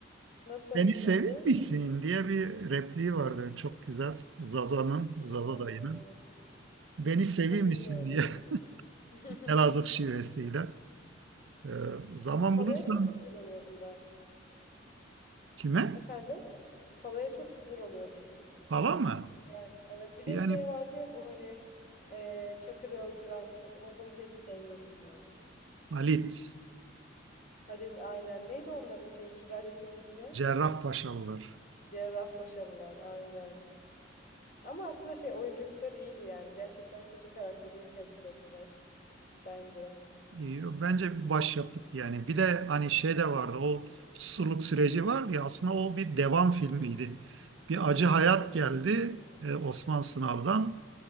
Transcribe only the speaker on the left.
Nasıl
bir şeydi?
Ha,
onu bilmiyorum.
<laughs>
Palaya
çok sinir oluyordum ben.
Efendim? Palaya çok sinir oluyordum.
Yani evet bir
de şey vardı ya bu hani eee, Çakır'ı öldüren o, o adamı da hiç sevmiyordum ya.
Halit aynen. Neydi onların şey sülalesinin ismi?
Cerrahpaşalılar aynen. Ama aslında şey oyunculukları iyiydi yani. Gerçekten kötü karakteri iyi temsil ettiler bence.
Hmm.